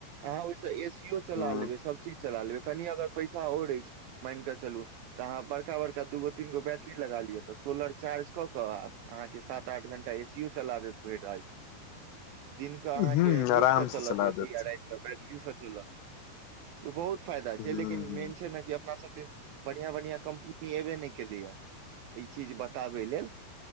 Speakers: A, on the right; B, on the left.
A: अहाँ ओइ सऽ ए सी यो। चला
B: ह
A: लेबै सब चीज चला लेबै कनी अगर पैसा और अइछ मैनकऽ चलू। तऽ आहाँ बड़का बड़का दूगो तीन गो बैटरी लगा लियअ तऽ सोलर चार्ज कऽ कऽ आ। आहाँके सात आठ घंण्टा ए सी यो चला देत भैर रैत। दिन कऽ आहाँ
B: हूं
A: के धूप
B: आराम
A: सऽ चलत
B: से चला
A: ए सी
B: देत
A: आ रैत। बैटरीसँ चलत बहुत फायदा छै
B: हूं
A: लेकिन
B: हूं
A: मेन छै न कि अपना सब दिस। बढ़िया- बढ़िया कम्पनी एबेै ने केलैया ई चीज बताबेै लेल।